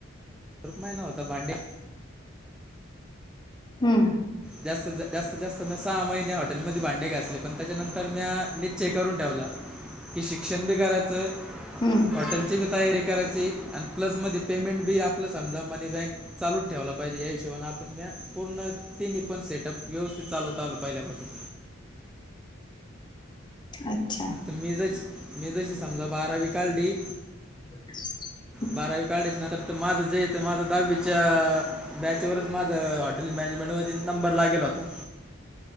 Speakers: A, in the centre; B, on the left.
A: रुप महिना होता भांडे.
B: हम्म.
A: जास्त, जास्त मी सहा महिने हॉटेलमध्ये भांडे घासले पण त्याच्या नंतर म्या निश्चय करून ठेवला की शिक्षण बी करायचं
B: हम्म.
A: हॉटेलची बी तयारी करायची आणि प्लस मध्ये पेमेंट बी आपलं समजा मनी बँक चालूच ठेवायला पाहिजे या हिशोबाने आपण म्या पूर्ण. तिन्ही पण सेटअप व्यवस्थित चालवत आलो पहिल्यापासून.
B: अच्छा.
A: तर मी जशी मी जशी समजा बारावी काढली.
B: <unintelligible>
A: बारावी काढायची ना तर माझं जे इथ माझं दहावीच्या बॅचवरच माझ हॉटेल मॅनेजमेंट मध्ये नंबर लागेल होता.